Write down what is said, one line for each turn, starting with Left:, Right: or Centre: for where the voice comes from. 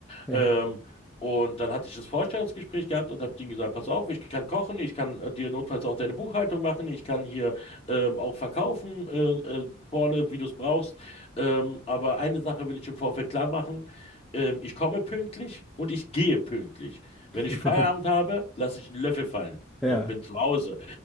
Centre: Ja.
Left: Ähm, und dann hatte ich das Vorstellungsgespräch gehabt und habe denen gesagt, pass auf, ich kann kochen, ich kann äh, dir notfalls auch deine Buchhaltung machen, ich kann hier ähm, auch verkaufen äh, äh, vorne, wie du es brauchst. Ähm, aber eine Sache will ich im Vorfeld klar machen. Ähm, ich komme pünktlich und ich gehe pünktlich.
Centre: <laughs>
Left: Wenn ich Feierabend habe, lasse ich einen Löffel fallen.
Centre: Ja.
Left: Und bin zu Hause.